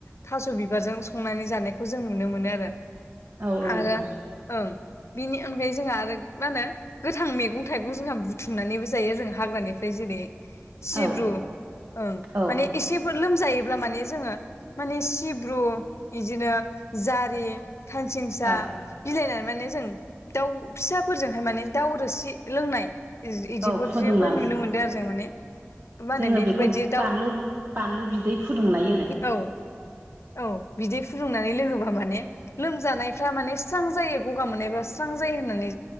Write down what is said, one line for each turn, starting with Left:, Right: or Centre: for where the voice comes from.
Left: थास' बिबारजों संनानै जानायखौ जों नुनो मोनो आरो।
Right: औ औ
Left: आरो
Right: नोंथां
Left: ओं बिनि अनगायै जोंहा आरो मा होनो गोथां मैगं थाइगं जोंहा बुथुमनानैबो जायो जों हाग्रानि ओमफ्राय जेरै सिब्रु
Right: औ
Left: ओं।
Right: औ
Left: माने एसेफोर लोमजायोब्ला माने जोंङो माने सिब्रु बिदिनो जारि खानसिंसा
Right: औ
Left: बिलायनानै माने जों दाउ फिसाफोरजोंहाय माने दाउ रोसि लोंनाय इदि इदिफोर
Right: औ फुदुंनानै
Left: जेबो नुनो मोनदों आरो जों माने मा होनो
Right: जोङो
Left: बेफोरबायदि
Right: बेखौ
Left: दाउ
Right: <unintelligible> बानलु बिदै फुदुंनाय होनो
Left: औ औ बिदै फुदुंनानै लोङोबा माने लोमजानायफ्रा माने स्रां जायो गगा मोननायफ्रा स्रां जायो होननानै